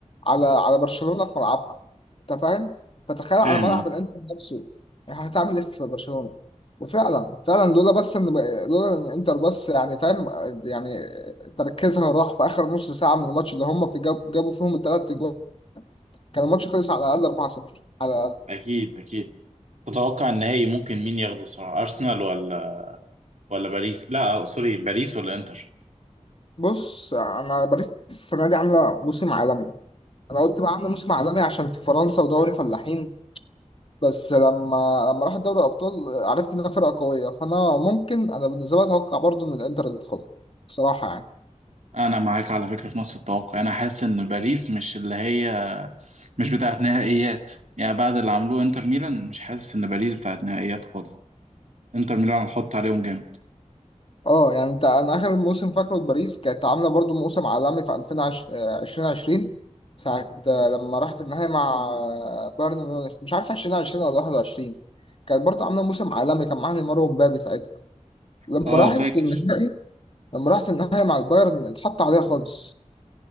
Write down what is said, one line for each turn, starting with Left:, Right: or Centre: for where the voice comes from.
Left: على على برشلونه في ملعبها انت فاهم فتخيل على
Right: فاهم
Left: ملعب
Right: أه.
Left: الانتر نفسه يعني هتعمل ايه في برشلونه وفعلا فعلا لولا بس ان لولا ان انتر بس يعني فاهم يعني تركيزها راح في اخر نص ساعه من الماتش اللي هم في جاب جابوا فيهم الثلاث اجوال كان الماتش خلص على الاقل 4-0 على الاقل
Right: اكيد اكيد تتوقع النهائي ممكن مين ياخده الصراحة ارسنال ولا ولا باريس لا سوري باريس ولا انتر
Left: بص انا باريس السنه دي عامله موسم عالمي انا قلت بقى عامله موسم عالمي عشان في فرنسا ودوري فلاحين بس لما لما راح دوري الابطال عرفت انها فرقه قويه فانا ممكن انا بالنسبه لي اتوقع برضو ان الانتر اللي تاخدها بصراحه يعني
Right: انا معاك على فكره في نص التوقع انا حاسس ان باريس مش اللي هي مش بتاعت نهائيات يعني بعد اللي عملوه انتر ميلان مش حاسس ان باريس بتاعت نهائيات خالص انتر ميلان هنحط عليهم جامد
Left: اه يعني انت انا اخر موسم فاكره لباريس كانت عامله برضو موسم عالمي في 2020 ساعه آه، لما راحت النهائي مع آه، بايرن ميونخ مش عارف 2020 ولا 21 كانت برضو عامله موسم عالمي كان معاها نيمار ومبابي ساعتها لما
Right: اه
Left: راحت
Right: فاكر
Left: النهائي لما راحت النهائي مع البايرن اتحط عليها خالص